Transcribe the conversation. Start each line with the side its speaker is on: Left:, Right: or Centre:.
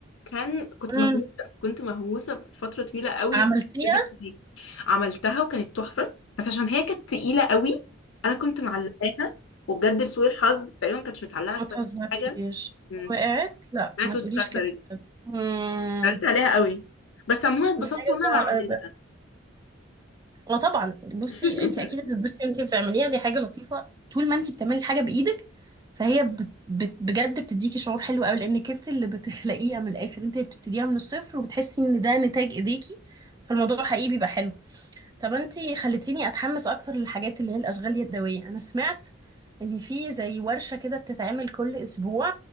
Left: كان كنت
Right: امم
Left: مهووسة كنت مهووسة فترة طويلة قوي
Right: عملتيها
Left: بالاكتيفيتي دي عملتها وكانت تحفة بس عشان هي كانت تقيلة قوي أنا كنت معلقاها وبجد لسوء الحظ تقريبا ما كانتش متعلقة كويس
Right: ما تهزريش
Left: حاجة امم
Right: وقعت لا
Left: طلعت
Right: ما
Left: واتكسرت
Right: تقوليش كده امم
Left: قلت عليها قوي بس عموما اتبسطت
Right: دي حاجه
Left: وأنا
Right: تزعل
Left: بعملها
Right: قوي بجد. وطبعا بصي
Left: <laughs>
Right: انت اكيد هتتبسطي وانت بتعمليها دي حاجه لطيفه طول ما انت بتعملي حاجه بايدك فهي بت بت بجد بتديكي شعور حلو قوي لانك انت اللي بتخلقيها من الاخر انت اللي بتبتديها من الصفر وبتحسي ان ده نتاج ايديكي فالموضوع حقيقي بيبقى حلو طب انتي خلتيني اتحمس اكتر للحاجات اللي هي الاشغال اليدويه انا سمعت ان في زي ورشه كده بتتعمل كل اسبوع